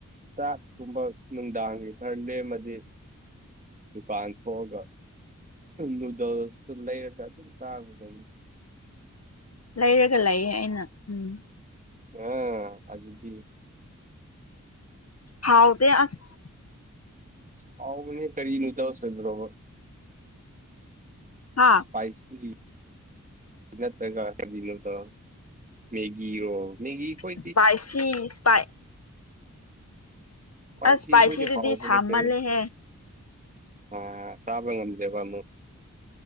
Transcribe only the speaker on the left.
ꯂꯩꯔꯒ ꯂꯩꯌꯦ ꯑꯩꯅ ꯎꯝ꯫
ꯍꯥꯎꯗꯦ ꯑꯁ
ꯍꯥꯥ
ꯏꯁꯄꯥꯏꯁꯤ ꯁꯄꯥꯏ
ꯑꯁ ꯏꯁꯄꯥꯏꯁꯤꯗꯨꯗꯤ
ꯁꯥꯃꯜꯂꯦꯍꯦ